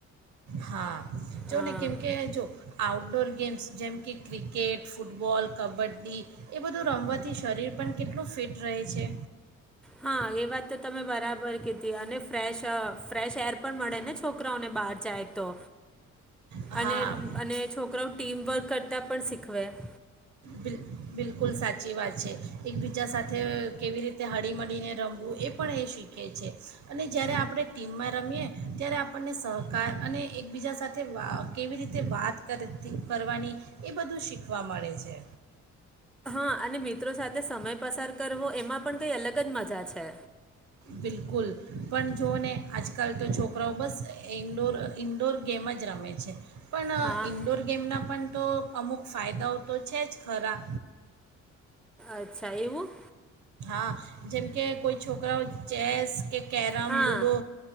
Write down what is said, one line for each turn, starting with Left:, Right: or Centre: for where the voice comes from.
Right: હા, જો
Centre: હા
Right: ને કેમકે જો આઉટડોર ગેમ્સ જેમ કે ક્રિકેટ ફૂટબોલ કબડ્ડી એ બધું રમવાથી શરીર પણ કેટલું ફિટ રહે છે.
Centre: હા, એ વાત તો તમે બરાબર કીધી અને ફ્રેશ, ફ્રેશ એર પણ મળે ને છોકરાઓને બહાર જાય તો?
Right: હા
Centre: અને અને છોકરાઓ ટીમ વર્ક કરતા પણ શીખ ખવે <inaudible>
Right: બિલ બિલકુલ સાચી વાત છે એકબીજા સાથે કેવી રીતે હળીમળીને રમવું એ પણ એ શીખે છે અને જ્યારે આપણે ટીમમાં રમીએ ત્યારે આપણને સહકાર અને એકબીજા સાથે વા કેવી રીતે વાત કરતી કરવાની એ બધું શીખવા મળે છે.
Centre: હા, અને મિત્રો સાથે સમય પસાર કરવો એમાં પણ કઈ અલગ જ મજા છે.
Right: બિલકુલ પણ જોુઓ ને આજકાલ તો છોકરાઓ બસ ઇન્ડોર, ઇન્ડોર ગેમ જ રમે છે. પણ,
Centre: હા
Right: ઇન્ડોર ગેમના પણ તો અમુક ફાયદાઓ તો છે જ ખરા.
Centre: અચ્છા એવું.
Right: હા, જેમકે કોઈ છોકરાઓ ચેસ કે કેરમ,
Centre: હા
Right: લૂડો